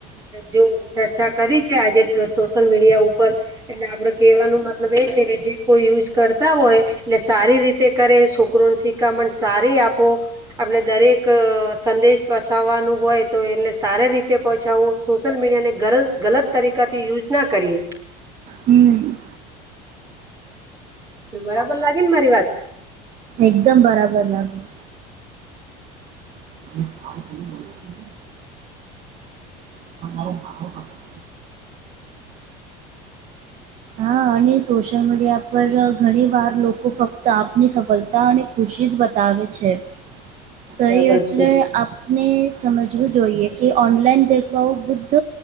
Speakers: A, on the right; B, on the right.
A: જો ચર્ચા કરી છે આજે સોશિયલ મીડિયા ઉપર એટલે આપડે કેહેવાનો મતલબ એ છે કે જે કોઈ યુઝ કરતા હોય, એટલે સારી રીતે કરે કન શિકામણ સારી આપો આપડે દરેક સંદેશ પછાવવાનું હોય. તો એને સારી રીતે પહોંચાડવું સોશિયલ મીડિયા ને ગલ ગલત તરીકા થી યુજ ના કરીએ.
B: હમ્મ
A: બરાબર લાગે ને મારી વાત.
B: એકદમ બરાબર લાગે. જે હા હા અને સોશિયલ મીડિયા પર ઘણી વાર લોકો ફક્ત આપની સફળતા અને ખુશી જ બતાવે છે. સહી
A: બરાબર
B: એટલે
A: છે
B: આપ ને સમજવું જોઈએ, કે ઓનલાઈન દેખવાઓ બુદ્ધ